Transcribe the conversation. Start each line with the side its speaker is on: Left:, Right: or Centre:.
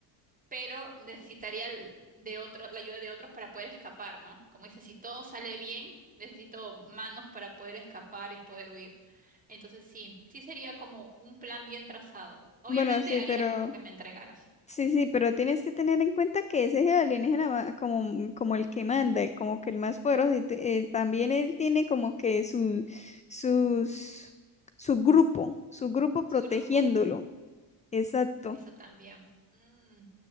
Right: pero necesitaría el- de otro, la ayuda de otros para poder escapar, ¿no? Como dice, si todo sale bien, necesito manos para poder escapar y poder huir. Entonces sí, sí sería como un plan bien trazado. Obviamente
Left: Bueno, sí,
Right: haría
Left: pero
Right: como que me entregara, sí.
Left: Sí, sí, pero tienes que tener en cuenta que ese es el alienígena ma- como, mm, como el que manda, como que el más poderoso, y te- eh, también él tiene como que su, sus, su grupo, su grupo
Right: Su
Left: protegiéndolo.
Right: grupo,
Left: Exacto.
Right: eso también. Mm,